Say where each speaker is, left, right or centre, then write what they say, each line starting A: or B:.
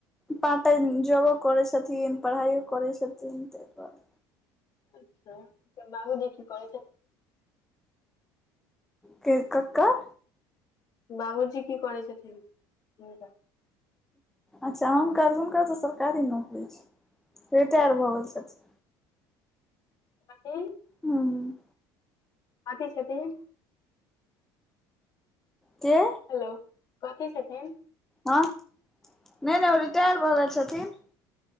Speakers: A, in the centre; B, on the left (about 45°).
A: पार्ट टाइम जॉबो करैत छथिन पढ़ाइओ करैत छथिन ताहि दुआरे।
B: अच्छा तऽ बाबूजी की कऽरै छैथ।
A: के क कर।
B: बाबूजी की करै छथिन? हिनकर।
A: अच्छा हुनकर, हुनकर तऽ सरकारी नौकरी छैन, रिटायर
B: अच्छा
A: भऽ गेल छथिन।
B: अपन
A: हुं।
B: कथि छथिन?
A: के?
B: हेलो, कथी छथिन?
A: हँ, नहि नहि ओ रिटायर भऽगेल छथिन।